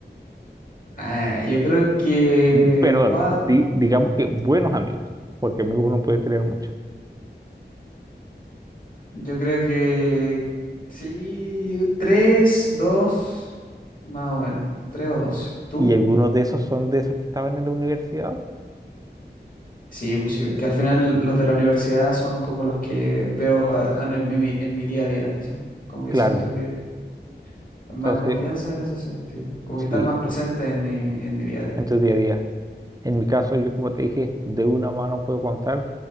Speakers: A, on the left; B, on the right.
A: Ah, yo creo que
B: Mm, Perdón,
A: cuatro,
B: di- digamos que buenos amigos, porque amigos uno puede tener muchos.
A: yo creo que sí, tres, dos, más o menos, tres o dos. ¿Tú?
B: ¿Y algunos de esos son de esos que estaban en la universidad?
A: Sí, pues sí, es que al final los de la universidad son como los que veo a- en mi, mi- en mi día a día, quizás. Como que
B: Claro,
A: siento que más
B: entonces,
A: confianza en ese sentido, como que están
B: sí,
A: más presentes en mi, en mi día a día.
B: en tu día a día. En mi caso, yo como te dije, de una mano puedo contar.